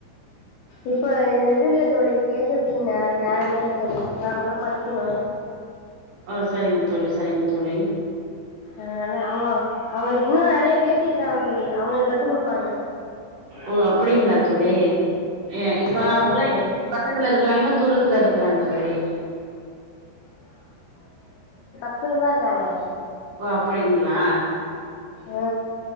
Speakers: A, on the left (about 75°); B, on the right (about 60°).
A: இப்ப இது இல்ல தொழி கேக்குறதுக்கு நே நேரமே இல்ல தொழி நாங்களும் படிக்கணும்
B: ஓ சரிங்க தோழி சரிங்க தோழி
A: அதனால அவங்க அவங்களுக்கு இன்னும் நறைய பேத்தி இருக்காங்க சொல்லி அவங்களுக்கு கத்து கொடுப்பாங்க
B: ஓ அப்படிங்களா தோழி ஏ இப்ப
A: ஆ
B: அவங்கல்லாம்
A: ஆமா தோழி
B: பக்கத்துல இருக்கிறாங்களா தூரத்துல இருக்கிறாங்களா தோழி
A: த்துலதான் இருக்காங்க
B: ஓ அப்படிங்களா
A: ஆ